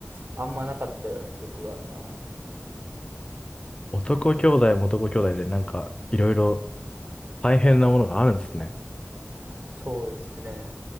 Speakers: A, on the right (about 45°); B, on the left (about 20°).
A: あんまなかったような記憶があるな。
B: 男兄弟も男兄弟でなんかいろいろ大変なものがあるんですね。
A: そうですね。